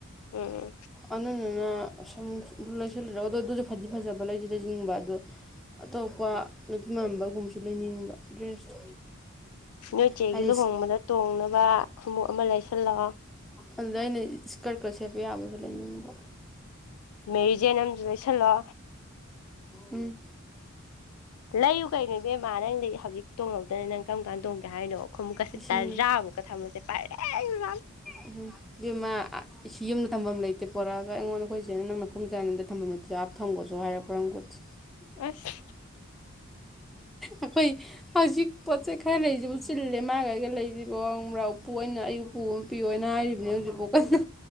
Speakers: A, on the left; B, in the centre.
A: ꯎꯝ
B: ꯑꯅꯨꯗꯨꯅ ꯁꯨꯝ ꯑꯗꯨ ꯂꯩꯁꯤꯜꯂꯨꯔ ꯑꯗꯣ ꯐꯗꯤ ꯐꯖꯕ ꯂꯩꯖꯨ ꯂꯩꯖꯤꯟꯅꯤꯡꯕ ꯑꯗꯣ ꯑꯇꯣꯛꯄ ꯅꯨꯄꯤ ꯃꯥꯟꯕꯒꯨꯝꯁꯨ ꯂꯩꯅꯤꯡꯕ ꯗ꯭ꯔꯦꯁꯇꯣ
A: ꯅꯣꯏꯆꯦꯒꯤ
B: ꯍꯥꯏꯗꯤ
A: ꯂꯨꯍꯣꯡꯕꯗ ꯇꯣꯡꯅꯕ ꯈꯣꯡꯎꯞ ꯑꯃ ꯂꯩꯁꯟꯂꯣ
B: ꯑꯗꯨꯗ ꯑꯩꯅ ꯏꯁꯀꯔꯠꯀ ꯁꯦꯠꯄ ꯌꯥꯕꯁꯨ ꯂꯩꯅꯤꯡꯕ
A: ꯃꯦꯔꯤꯖꯦꯟ ꯑꯝꯖꯨ ꯂꯩꯁꯜꯂꯣ
B: ꯎꯝ
A: ꯂꯩꯌꯨ ꯀꯩꯅꯣ ꯏꯕꯦꯝꯃ ꯅꯪꯗꯤ ꯍꯧꯖꯤꯛ ꯇꯣꯡꯍꯧꯗ꯭ꯔꯥ ꯅꯪ ꯀꯔꯝ ꯀꯥꯟꯗ ꯇꯣꯡꯒꯦ ꯍꯥꯏꯅꯣ ꯈꯨꯝꯃꯨꯛꯀꯁꯦ
B: ꯂꯤꯁꯤꯡ
A: ꯇꯥꯔꯥꯃꯨꯛꯀ ꯊꯝꯃꯣꯁꯦ ꯄꯥꯔꯦꯡ ꯁꯥꯅ
B: ꯎꯝ ꯏꯕꯦꯝꯃꯥ ꯌꯨꯝꯗ ꯊꯝꯐꯝ ꯂꯩꯇꯦ ꯄꯣꯔꯛꯑꯒ ꯑꯩꯉꯣꯟꯗ ꯑꯩꯈꯣꯏꯆꯦꯅ ꯅꯪ ꯅꯈꯣꯡ ꯆꯥꯅꯤꯗ ꯊꯝꯝꯕ ꯥ ꯊꯝꯒꯣꯆꯣ ꯍꯥꯏꯔꯛꯄ꯭ꯔꯥ ꯈꯪꯕꯣꯠꯇꯦ
A: ꯑꯁ
B: ꯑꯩꯈꯣꯏ ꯍꯧꯖꯤꯛ ꯄꯣꯠ ꯆꯩꯩ ꯈꯔ ꯂꯩꯔꯤꯁꯦꯕꯣꯛ ꯆꯤꯜꯂꯦ ꯃꯥꯏꯒ ꯑꯩꯒ ꯂꯩꯔꯤꯁꯤꯕꯣ ꯈꯪꯕ꯭ꯔꯥ ꯎꯄꯨ ꯑꯩꯅ ꯑꯩꯒꯤ ꯎꯄꯨ ꯑꯃ ꯄꯤꯌꯣ ꯍꯥꯏꯔꯤꯕꯅꯤ ꯍꯧꯖꯤꯛꯐꯥꯎ ꯀꯟꯅ